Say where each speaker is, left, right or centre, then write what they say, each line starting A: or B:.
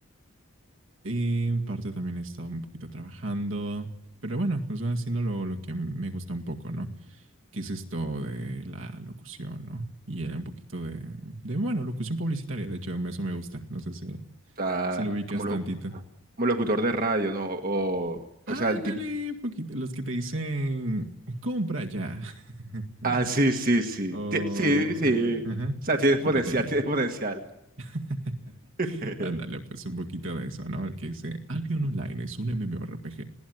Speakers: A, on the right; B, on the right.
A: Y en parte también he estado un poquito trabajando, pero bueno, o sea, haciendo lo, lo que me gusta un poco, ¿no? Que es esto de la locución, ¿no? Y era un poquito de, de, bueno, locución publicitaria, de hecho, eso me gusta, no sé si,
B: Ah,
A: si lo ubicas
B: como, lo,
A: tantito.
B: como locutor de radio, ¿no? O,
A: Ándale,
B: o sea, el tipo...
A: poquito, los que te dicen, compra ya, <laughs> ¿no?
B: Ah, sí, sí, sí.
A: O,
B: Ti- Sí, sí. O
A: ajá,
B: sea, tienes
A: cúlgate
B: potencial, tienes potencial.
A: <laughs>
B: <laughs>
A: Ándale, pues un poquito de eso, ¿no? El que dice Albion Online es un MMORPG.